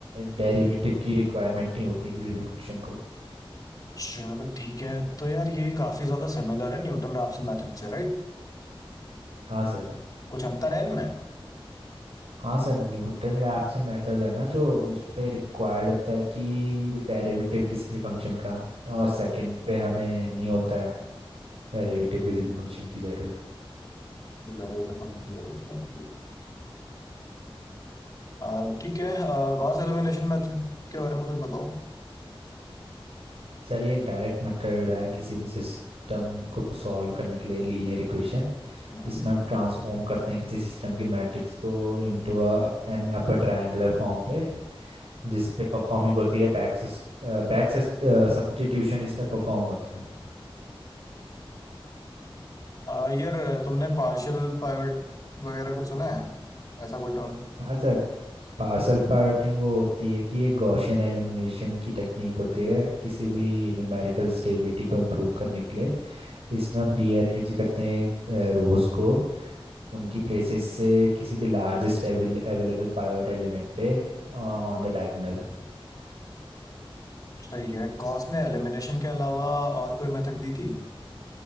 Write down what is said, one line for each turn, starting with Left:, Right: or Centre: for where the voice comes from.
Right: डेरिवेटिव की रिक्वायरमेंट नहीं होती किसी भी फंक्शन को
Left: चलो ठीक है तो यार ये काफी ज्यादा सिमिलर है न्यूटन रैप्सन मेथड से राइट
Right: हाँ सर
Left: कुछ अंतर है इनमें
Right: हाँ सर न्यूटन रैप्सन मेथड है ना जो उस पे रिक्वायर्ड होता है कि डेरिवेटिव किसी भी फंक्शन का और सेकंड पे हमें नहीं होता है डेरिवेटिव किसी भी फंक्शन की ज़रूरत
Left: गहरे वाले फंक्शन की जरूरत नहीं होती अ, ठीक है गॉस एलिमिनेशन मेथड के बारे में कुछ बताओ
Right: सर ये एक डायरेक्ट मेथड है किसी भी सिस्टम को सॉल्व करने के लिए लीनियर इक्वेशन
Left: हम्म।
Right: इसमें हम ट्रांसफॉर्म करते हैं किसी सिस्टम की मैट्रिक्स को into an upper triangular form पे जिस पे परफॉर्मिंग होती है बैक बैक सब्स्टिट्यूशन इसमें परफॉर्म होता है
Left: अ, यार तुमने पार्शियल पाइवट वगैरह कुछ सुना है ऐसा कोई टर्म
Right: हाँ सर पार्सल पार्टिंग वो होती है कि एक गॉसियन एलिमिनेशन की टेक्निक होती है किसी भी न्यूमेरिकल स्टेबिलिटी को इम्प्रूव करने के लिए इसमें हम रीअरेंज करते हैं रोज को उनकी प्लेसेस से किसी भी लार्जेस्ट अवेलेबल पाइवट एलिमेंट पे on the diagonal
Left: सही है गॉस ने एलिमिनेशन के अलावा और कोई मेथड दी थी